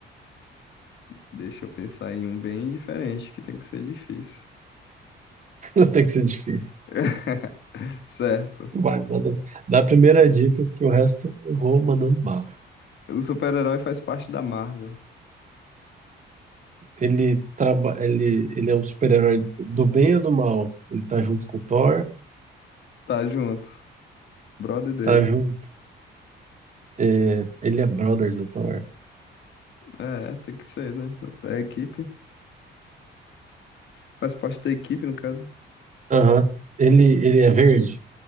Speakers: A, on the left; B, on the right.
A: Deixa eu pensar em um bem diferente, que tem que ser difícil.
B: <laughs> Tem que ser difícil.
A: <laughs> Certo.
B: Vai, manda. Dá a primeira dica que o resto eu vou mandando bala.
A: O super-herói faz parte da Marvel.
B: Ele, traba... ele, ele é um super-herói do bem ou do mal? Ele tá junto com o Thor,
A: Tá junto. Brother dele.
B: tá junto. é, Ele é brother do Thor.
A: É, tem que ser, né? Da equipe. Faz parte da equipe, no caso.
B: Aham. Ele, ele é verde?